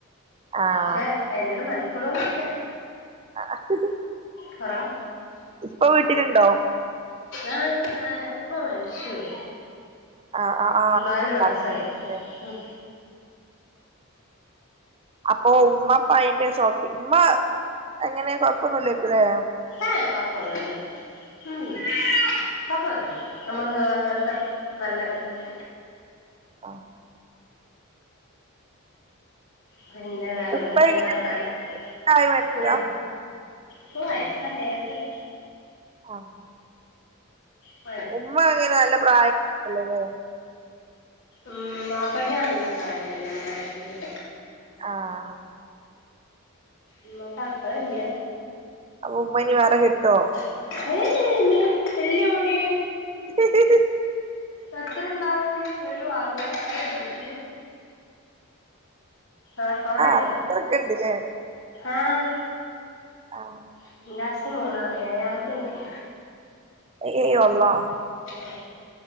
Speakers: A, on the right (about 25°); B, on the left (about 60°).
A: ആഹ്
B: പക്ഷെ അയ്നോട് മെനക്കോടൊന്നുംല്ല
A: ആഹ്
B: കൊറവാ
A: ഇപ്പൊ വീട്ടിലുണ്ടോ
B: ആഹ് ഉപ്പ മരിച്ചോയി
A: ആഹ് ആഹ് ആഹ്
B: നാല് മാസായി
A: പറഞ്ഞില്ലേ
B: ഉം
A: അപ്പൊ ഉമ്മപ്പ അയിന്റെ ഷോക്കി ഉമ്മ എങ്ങനെ കൊഴപ്പൊന്നുല്ലെക്കൂല്ലേ
B: ഏഹ് കൊയപ്പോന്നൂല്ല ഉം കൊയപ്പൊന്നുല്ല നമ്മള അങ്ങനത്ത നല്ലൊരുസ്
A: ആഹ്
B: പിന്ന വേറെന്തൊക്കെണ്ട്
A: ഉപ്പ എങ്ങനെ
B: വർത്താനം
A: പ്രായം മരിച്ചതാ
B: പോ പോവായി <unintelligible>
A: ആഹ്
B: ഉം
A: ഉമ്മ എങ്ങന നല്ല പ്രായല്ലോലേ
B: ഉം ബാപ്പക്ക് നല്ല പ്രായായിരുന്നു ഉമ്മാനാട്ടിലും
A: ആഹ്
B: ഉമ്മാന്റ അത്ത ഇല്ലേ
A: അപ്പൊ ഉമ്മഇനി വേറെ കെട്ടുവോ
B: <unintelligible> ഇല്ല്യോടീ
A: ഹി ഹി ഹി
B: എത്രണ്ടാവും ഒരു അറുപത്തി അഞ്ച് ആഹ് ചൊടയ്ച്ച
A: അത്രൊക്കെ ഇണ്ട്ല്ലേ
B: ആഹ്
A: ആഹ്
B: <unintelligible> മൂന്ന ഏഴാമത്ത കുട്ടി
A: ഏയ് ഏയ് വല്ലാഹ്
B: ആഹ്